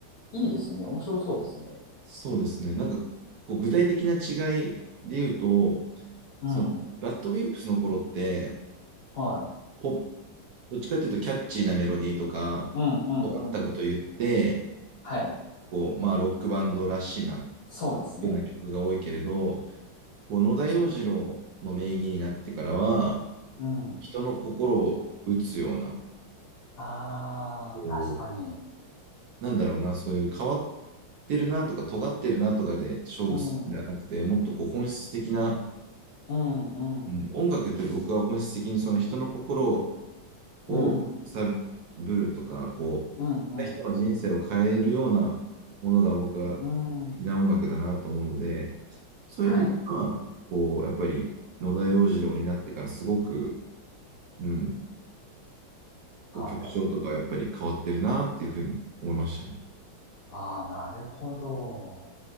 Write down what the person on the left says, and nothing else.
いいですね。面白そうですね。
うん。
はい。
うんうんうん。
はい。
そうですね。
うん。
ああ、
確かに。
うん。う
んうん。
うん。
うんうんう
ん。うん。
はい。
変わったと。ああ、なるほど。